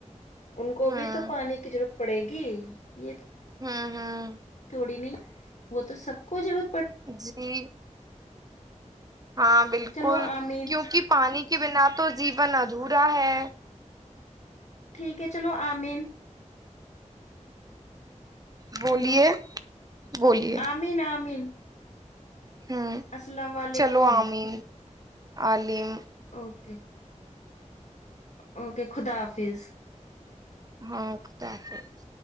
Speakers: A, on the left; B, on the right.
A: ان کو
B: ہوں
A: بھی تو پانی کی ضرورت پڑے گی یہ
B: ھمم ھمم
A: تھوڑی نہیں وہ تو سب کو ضرور
B: جی ہاں بالکل
A: چلو آمین
B: کیونکہ پانی پانی کے بنا تو جیون ادھورا ہے
A: ٹھیک ہے چلو آمین
B: بولیے
A: ہیلو
B: بولیے
A: آمین آمین
B: ہوں
A: السلام علیکم
B: چلو آمین عالم
A: اوکے اوکے خدا حافظ
B: ہاں خدا حافظ